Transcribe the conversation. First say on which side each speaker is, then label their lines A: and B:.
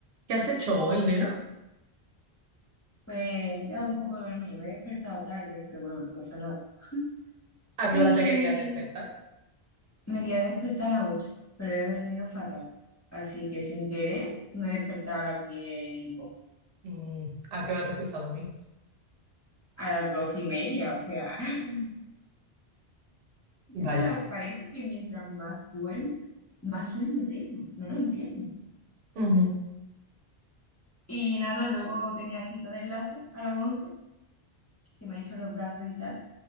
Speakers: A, on the right (about 70°); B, on the left (about 20°).
A: ¿Qué has hecho hoy, nena?
B: Pues me he quedado un poco dormida, me he despertado tarde, pero bueno, no pasa nada. <laughs>
A: ¿A qué
B: Y
A: hora te querías despertar?
B: me quería despertar a las 8 pero he dormido fatal. Así que sin querer me he despertado a las 10 y poco,
A: Mm, ¿A qué hora te fuiste a dormir?
B: a las 12 y media, o sea, <laughs>
A: Vaya.
B: es que me parece que mientras más duermo, más sueño tengo, no lo entiendo.
A: Ujú.
B: Y nada, luego tenía cita de enlace a las 11 que me he hecho los brazos y tal.